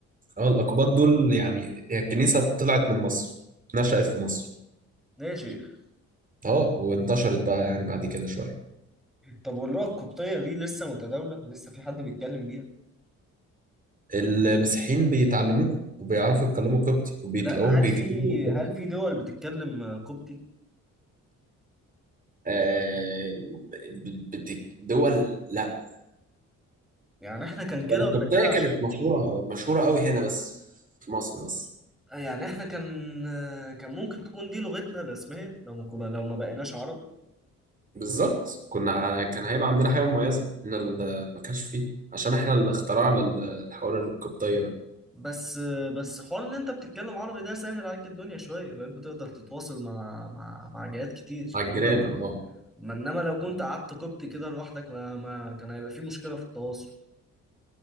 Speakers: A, on the right (about 30°); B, in the centre.
A: اه الأقباط دول يعني هي الكنيسة طلعت من مصر نشأت في مصر
B: ده يا شيخ
A: اه وانتشرت بقى يعني بعد كده شوية
B: طب واللغة القبطية دي لسه متداولة لسه في حد بيتكلم بيها
A: المسيحيين بيتعلموها وبيعرفوا يتكلموا قبطي وبيتلاقوهم
B: لا هل
A: بيكتبوا
B: في
A: قبطي
B: هل في دول بتتكلم قبطي
A: آه، ب- بت- دول لا
B: يعني احنا كان كده
A: ده
B: ولا
A: الكوبتاية
B: كده عشان
A: كانت مشهورة مشهورة قوي هنا بس في مصر بس
B: آه، يعني احنا كان آه، كان ممكن تكون دي لغتنا الرسمية لو ما كنا لو ما بقيناش عرب
A: بالظبط كنا كان هيبقى عندنا حاجة مميزة ان ال- ما كانش فيه عشان احنا اللي اخترعنا ال- الحوار الكوبتاية ده
B: بس آه، بس حوار ان انت بتتكلم عربي ده سهل عليك الدنيا شوية بقيت بتقدر تتواصل مع مع مع جهات كتير
A: مع الجيران
B: انما لو كنت
A: اه
B: ما انما لو كنت قعدت قبطي كده لوحدك ما, ما كان هيبقى في مشكلة في التواصل